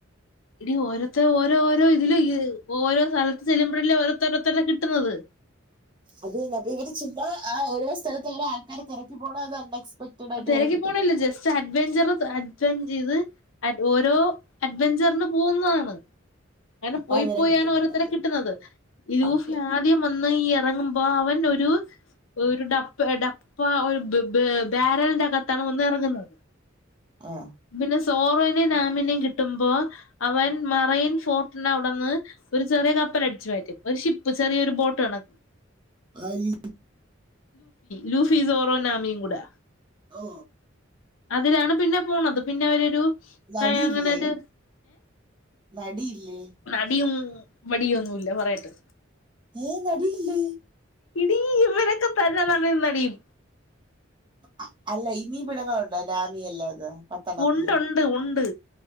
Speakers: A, on the left; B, on the right.
A: എടി ഓരോത്ത ഓരോരോ ഇതില് ഓരോ സ്ഥലത്ത് ചെല്ലുമ്പോഴല്ലേ ഓരോത്തെ ഓരോത്തരെ കിട്ടുന്നത്
B: അത് തന്നെ അപ്പൊ ഇവര് ചെന്ന് ആ ഓരോ സ്ഥലത്ത് ഓരോ ആൾക്കാരെ തിരക്കി പോണോ അതോ എക്സ്പെക്റ്റഡായിട്ട്
A: തിരക്കി
B: ഇവരെ കിട്ടുന്നെ
A: പോണില്ല ജസ്റ്റ് അഡ്വെഞ്ചർ അഡ്വെഞ്ച് ചെയ്ത് ആ ഓരോ അഡ്വെഞ്ചറിന് പോകുന്നതാണ് അങ്ങനെ
B: അപ്പൊ
A: പോയി
B: അവരെ
A: പോയാണ്
B: കിട്ടുന്നതാണ്
A: ഓരോരുത്തരെ കിട്ടുന്നത് ഈ ലൂഫി
B: ഓക്കെ
A: ആദ്യം വന്ന് ഇറങ്ങുമ്പോ അവൻ ഒരു ഒരു ഡപ്പ ഡപ്പ ഒരു ബാരലിന്റെ അകത്താണ് വന്നിറങ്ങുന്നത്
B: ആ
A: പിന്നെ സോറോനെയും നാമിനെയും കിട്ടുമ്പോ അവൻ മറയിൻ ഫോർട്ടിന്റവിടുന്ന് ഒരു ചെറിയ കപ്പൽ അടിച്ചു മാറ്റും ഒരു ഷിപ്പ് ചെറിയൊരു ബോട്ട് കണക്ക്
B: ആര്
A: ലൂഫി സോറോ നാമിയും കൂടെ
B: ഓ
A: അതിലാണ് പിന്നെ പോണത് പിന്നെ അവരൊരു
B: നടിയില്ലേ
A: അങ്ങനെ ഒരു
B: നടിയില്ലേ
A: നടിയും വടിയും ഒന്നും ഇല്ല പറയട്ടെ
B: ഏ നടില്ലേ
A: എടീ ഇവരൊക്കെ തന്നെ നടനും നടിയും
B: ആ അല്ല ഇനീം പെണ്ണുങ്ങളുണ്ട നാമി അല്ലാതെ പത്തെണ്ണത്തില്
A: ഉണ്ട് ഉണ്ട് ഉണ്ട്